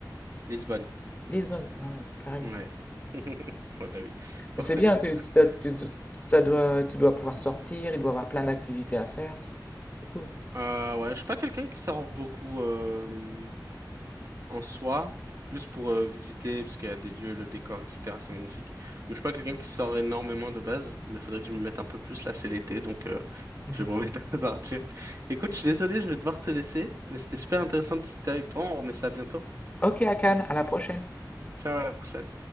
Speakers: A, on the right; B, on the left.
A: Lisbonne.
B: Lisbonne. Ah ouais, carrément.
A: Ouais. <laughs> Ouais, bah oui, forcément.
B: C'est bien, tu, ça, tu- ça doit, tu dois pouvoir sortir, il doit y avoir plein d'activités à faire. C'est c'est cool.
A: Euh, ouais, je suis pas quelqu'un qui sort beaucoup. euh, en soi, plus pour euh, visiter, parce qu'il y a des lieux, le décor, etc. C'est magnifique. Mais je suis pas quelqu'un qui sort énormément de base, mais il faudrait que je m'y mette un peu plus. Là, c'est l'été, donc euh,
B: <laughs>
A: je vais m'en mettre à partir. <laughs> Écoute, je suis désolé, je vais devoir te laisser, mais c'était super intéressant de discuter avec toi. On remet ça bientôt.
B: Ok, Akan, à la prochaine.
A: Ciao, à la prochaine.